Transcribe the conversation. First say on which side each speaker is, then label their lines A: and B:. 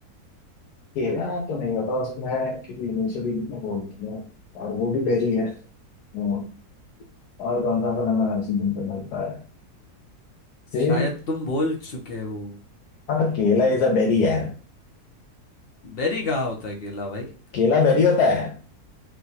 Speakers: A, on the left; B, on the left.
A: केला तो नहीं होता उसमें क्योंकि इनिशियली कितने बोलती है और वो भी बेरी है हम्म, और कौन सा फल हमें हर सीजन पे मिलता है सेब
B: शायद तुम बोल चुके हो
A: हाँ तो केला इज अ बेरी है
B: बेरी कहाँ होता है केला भाई
A: केला बेरी होता है